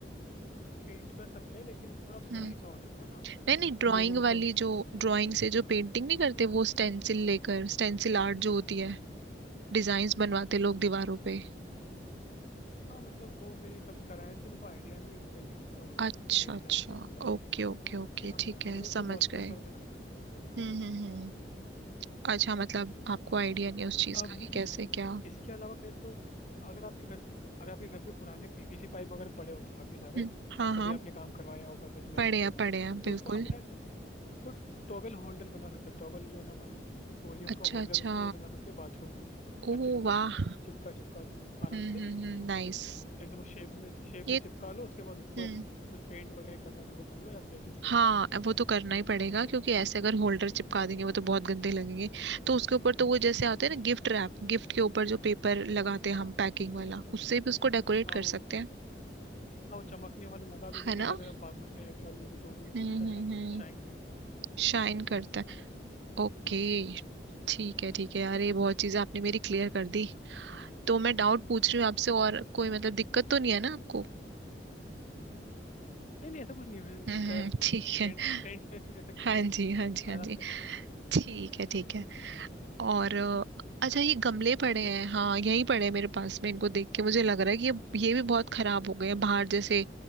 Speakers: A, on the left (about 40°); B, on the right (about 80°).
A: पेंट कर सकते हैं लेकिन वो थोड़ा बहुत
B: हम्म
A: महंगा हो जाता है ना
B: नहीं नहीं ड्राइंग
A: क्योंकि वो मतलब
B: वाली जो ड्राइंग से जो पेंटिंग नहीं करते वो स्टेंसिल लेकर स्टेंसिल आर्ट जो होती है डिजाइन्स बनवाते लोग दीवारों पे
A: हाँ मतलब वो मैंने कभी कराया नहीं तो मेरे को आइडिया नहीं है उसका रेट
B: अच्छा
A: रेट
B: अच्छा
A: क्या होता है उसका
B: ओके ओके
A: लेकिन
B: ओके
A: हम
B: ठीक है
A: हम लोग
B: समझ
A: तो वॉलपेपर
B: गए
A: पे लगाए हुए हैं पूरा
B: हम्म हम्म हम्म। अच्छा मतलब आपको आइडिया नहीं है उस चीज
A: अभी
B: का कि कैसे क्या
A: इसके अलावा मैं तो अगर आपके घर अगर आपके घर पे पुराने पीवीसी पाइप वगैरह पड़े होंगे काफी सारे
B: हम्म, हाँ
A: कभी
B: हाँ
A: आपने काम करवाया होगा बच गए
B: पढ़े
A: होंगे
B: हैं पढ़े हैं बिल्कुल
A: तो उसको आप ना तो टॉवेल होल्डर बना सकते हो टॉवेल जो है ना हमारे तौलियों का
B: अच्छा
A: होल्डर
B: अच्छा
A: होता है वो बना सकते हो बाथरूम में अच्छे
B: ओह
A: से मतलब
B: वाह
A: चिपका चिपका के आराम
B: हम्म
A: से
B: हम्म हम्म नाइस
A: चिप एकदम शेप में शेप
B: ये
A: में चिपका लो उसके बाद ऊपर
B: हम्म
A: कुछ पेंट वगैरह करना है तो वो कर लो या फिर ऐसे ही छोड़
B: हाँ
A: दो
B: वो तो करना ही पड़ेगा क्योंकि ऐसे अगर होल्डर चिपका देंगे वो तो बहुत गंदे लगेंगे तो उसके ऊपर तो वो जैसे आते हैं ना गिफ्ट रैप गिफ्ट के ऊपर जो पेपर लगाते हैं
A: हाँ
B: हम पैकिंग वाला उससे भी उसको डेकोरेट
A: हाँ
B: कर
A: वो
B: सकते हैं
A: हाँ वो चमकने वाला लगा दो तो
B: है ना
A: फिर जब है ना बाथरूम की लाइट चालू होगी तो भी
B: हम्म
A: शाइन
B: हम्म हम्म
A: शाइन करता रहेगा वो
B: शाइन करता है ओके ठीक है ठीक है अरे बहुत चीजें आपने मेरी क्लियर कर दी तो मैं डाउट पूछ रही हूँ आपसे और कोई मतलब दिक्कत तो नहीं है ना आपको
A: नहीं नहीं ऐसा कुछ नहीं है,
B: हम्म हम्म,
A: का
B: ठीक
A: फ्रेंड्स
B: है
A: फ्रेंड्स में फिर ऐसा क्यों
B: हाँ जी हाँ जी हाँ
A: आराम
B: जी
A: से
B: ठीक है ठीक है और अ, अच्छा ये गमले पड़े
A: और
B: हैं हाँ यहीं पड़े हैं मेरे पास में इनको देख के मुझे लग रहा है कि ये ये भी बहुत खराब हो गए हैं बाहर जैसे